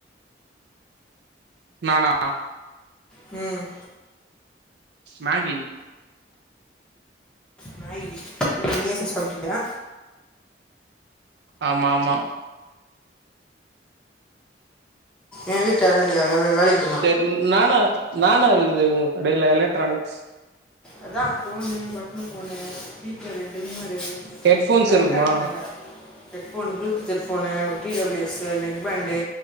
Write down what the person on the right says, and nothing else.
நானா
மேகி
ஆமா ஆமா
செரி இ நானா நானா இருக்குது உங் கடையில எலக்ட்ரானிக்ஸ்
ஹெட்ஃபோன்ஸ்
இருக்குமா